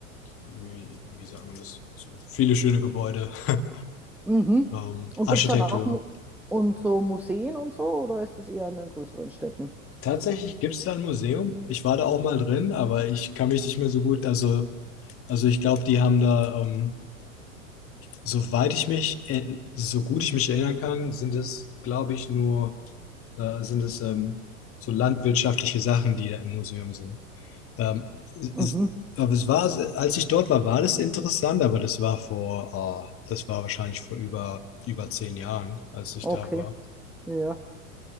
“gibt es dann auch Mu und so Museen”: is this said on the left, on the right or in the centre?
Centre